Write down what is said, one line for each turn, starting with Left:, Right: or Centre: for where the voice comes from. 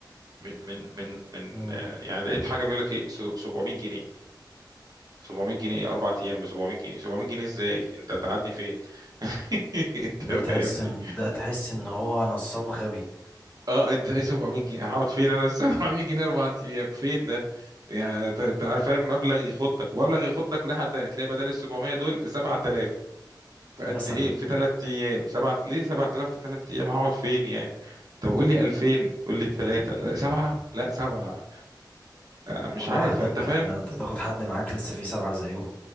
Right: من من من من-
Left: مم.
Right: آه، يعني لقيت حاجه بيقول لك ايه 700 جنيه 700 جنيه اربع ايام ب 700 جنيه 700 جنيه ازاي انت تقعدني فين <laughs> انت
Left: ده تحس
Right: فاهمني
Left: ان ده تحس ان هو نصاب غبي
Right: اه انت ايه 700 جنيه هقعد فين انا <laughs> 700 جنيه اربع ايام فين ده يعني
Left: مم.
Right: انت أنت عارف فاهم مبلغ يخضك ومبلغ يخضك لحد ده تلاقي بدل ال 700 دول 7000 فقد
Left: مثلا
Right: ايه في ثلاث ايام سبعة ليه 7000 في ثلاث ايام هقعد فين يعني طب قول لي 2000 قول لي 3 لا 7 لا 7 مش
Left: ولوحدك
Right: عارف انت فاهم
Left: ده انت تاخد حد معاك لسه في سبعه زيهم